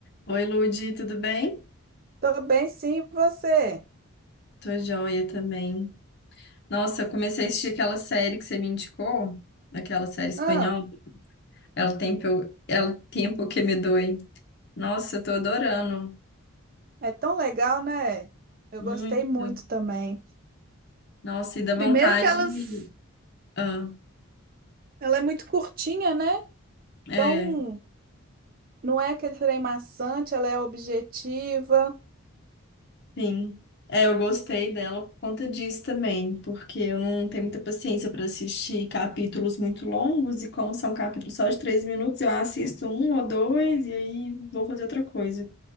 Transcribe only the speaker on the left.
Oi, Ludi, tudo bem?
Tô joia também. Nossa, eu comecei a assistir aquela série que você me indicou, aquela série espanhola,
El Tempo, El Tempo que me doi. Nossa, eu tô adorando,
muito.
Nossa, e dá vontade.
de- Ah,
é,
sim. É, eu gostei dela por conta disso também, porque eu não tenho muita paciência para assistir capítulos muito longos, e como são capítulos só de três minutos, eu assisto um ou dois e aí vou fazer outra coisa.